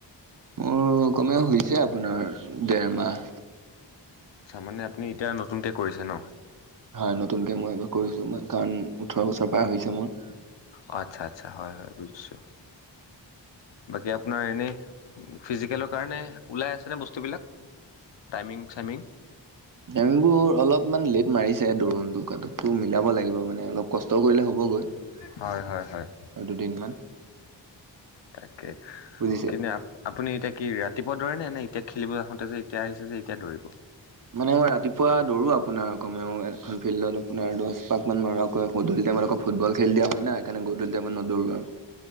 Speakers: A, on the right (about 45°); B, on the left (about 70°).
A: মোৰ কমে হৈছে আপোনাৰ দেৰ মাহ।
B: আচ্ছা মানে আপুনি এতিয়া নতুনকে কৰিছে ন।
A: হয় নতুনকে মই এ কৰিছো কাৰণ ওঠৰ বছৰ পাৰ হৈছে মোৰ।
B: অ আচ্ছা আচ্ছা হয় হয় বুজিছো বাকী আপোনাৰ এনেই। ফিজিকেলৰ কাৰণে ওলাই আছেনে বস্তুবিলাক টাইমিং চাইমিং।
A: টাইমিংবোৰ অলপমান লেট মাৰিছে দোৰোণ টো কো মিলাব লাগিব মানে অলপ কষ্ট কৰিলে। হ'বগৈ আৰু
B: হয় হয় হয়
A: দুদিনমান।
B: তাকে
A: বুজিছে
B: কিন্ত আপুনি এতিয়া। কি ৰাতিপুৱা দৰে নে এতিয়া খেলিব আহোতে যে এতিয়া আহিছে যে এতিয়া দৌৰিব।
A: মানে মই ৰাতিপুৱা দৌৰো আপোনাৰ কমেও এখন ফিল্ডত আপোনাৰ দশ পাক মান মাৰোৱাকৈ স। এতিয়া মানে আকৌ ফুটবল খেল দিয়া হয় না কাৰণে গধূলি নদৰো আৰু।